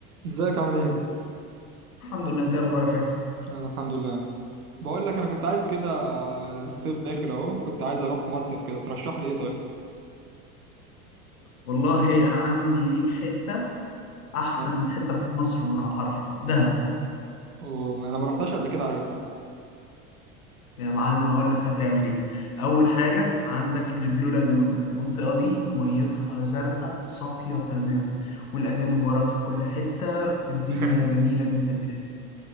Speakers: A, on the right; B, on the left.
A: ازيك عامل ايه؟
B: الحمد لله انت إيه اخبارك يا احمد
A: انا الحمد لله بقول لك انا كنت عايز كده الصيف داخل اهو كنت عايز اروح مصيف كده ترشح لي ايه طيب؟
B: والله انا عندي ليك حته احسن
A: اه.
B: حته في مصر بمعنى حرفي دهب
A: وانا ما رحتش قبل كده على فكرة
B: يا معلم اقول لك هتعمل ايه اول حاجه عندك البلو لاجون المنطقه دي ميتها زرقاء صافيه تمام والاجانب وراك في كل حته الدنيا
A: <laughs>
B: جميله جدا هناك